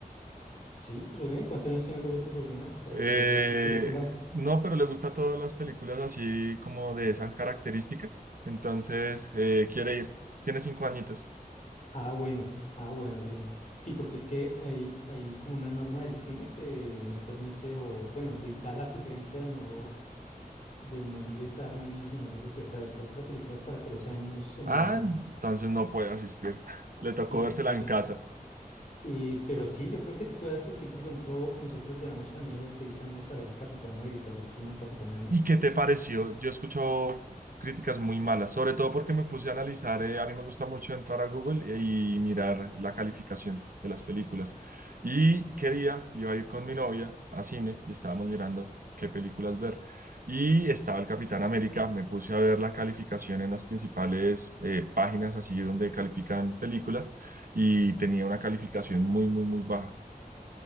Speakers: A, on the left; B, on the right.
A: ¿Sí? ¿Tu sobrina? ¿Y ¿Cuántos años tiene luego tu sobrina para
B: Eh,
A: querer ver esa película?
B: no, pero le gusta todas las películas así como de esas características. Entonces, eh, quiere ir. Tiene cinco añitos.
A: Ah, bueno, ah, bueno, bien. Sí, porque es que hay, hay como una norma del cine que no permite, o bueno, de- da la sugerencia de no, de no ingresar niños menores de cierta edad. Creo que esa película es para 13 años en
B: Ah,
A: adelante,
B: entonces no puede asistir. <laughs> Le tocó
A: clasificación.
B: vérsela en casa.
A: Eh, pero sí, yo creo que sí puede asistir. Por ejemplo, nosotros llevamos a mi hijo de seis años a ver el Capitán América, la última del Capitán América.
B: ¿Y qué te pareció? Yo escucho críticas muy malas, sobre todo porque me puse a analizar, eh, a mí me gusta mucho entrar a Google y mirar la calificación de las películas. Y qué día iba a ir con mi novia a cine y estábamos mirando qué películas ver. Y estaba el Capitán América, me puse a ver la calificación en las principales eh, páginas así donde califican películas y tenía una calificación muy, muy, muy baja.